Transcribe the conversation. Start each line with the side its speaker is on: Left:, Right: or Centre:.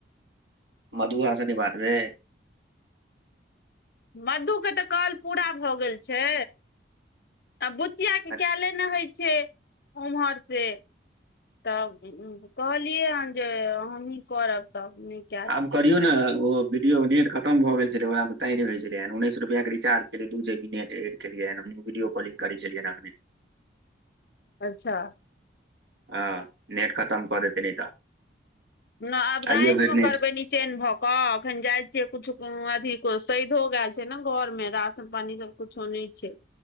Right: मधुआ से नै बात भेल
Left: मधु के तऽ कॉल पूरा भऽ गेल छै आ बुचियाके
Right: अच्छा
Left: कैले नहि होइ छै ओम्हरसे तब कहलियै हँ जे हमहीं करब तब नीक
Right: आब करियौ ने ओ वीडियो नेट खतम भए गेल छेलै ओहै मे ताँयनय होय छेलय या उन्नैस रुपआ के रिचार्ज केलियय दू जीबी नेट एक केलियैयाने हमहूं वीडियो कॉलिंग कर छलियैने अखने
Left: अच्छा
Right: हँ नेट खतम कऽ देतय नै तऽ
Left: न आब रैति
Right: आइये भरि
Left: मे
Right: नेट
Left: करबै निचेन भऽक हँ अखन जाय छियै कुछो अथी सैधो गेएल छै न घर मे राशन पानी सब कुछो नै छै